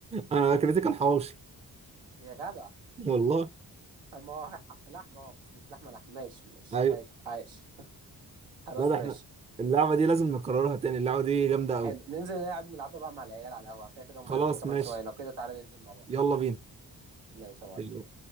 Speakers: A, on the right; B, on the right.
A: انا اكلتي كان حواوشي
B: يا جدع
A: والله
B: طب ما هو ح- لحمة اه بس مش لحمة لحمة ماشي ماشي
A: ايوه
B: ماشي عايش <laughs> خلاص
A: لا ده احنا
B: ماشي
A: اللعبه دي لازم نكررها تاني اللعبه دي جامده
B: حلو
A: قوي
B: ننزل نلعب نلعبها بقى مع العيال على القهوة كده كده هم
A: خلاص
B: نازلين كمان
A: ماشي
B: شوية لو كده تعالى ننزل مع بعض
A: يلا
B: ماشي يا معلم
A: بينا